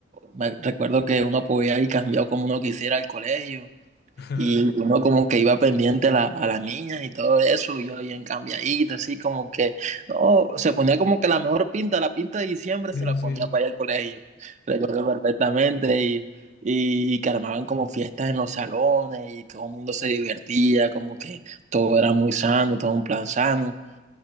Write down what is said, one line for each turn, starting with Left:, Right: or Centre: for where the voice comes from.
Right: me recuerdo que uno podía ir cambiado como uno quisiera al colegio
Left: <laughs>
Right: Y uno como que iba pendiente a la, a las niñas y todo eso, y yo bien cambiadito, así como que, no, se ponía como que la mejor pinta, la pinta de diciembre
Left: Sí,
Right: se la
Left: sí,
Right: ponía
Left: sí.
Right: para ir al colegio, recuerdo perfectamente, y, y, y que armaban como fiestas en los salones, y todo el mundo se divertía, como que todo era muy sano, todo un plan sano,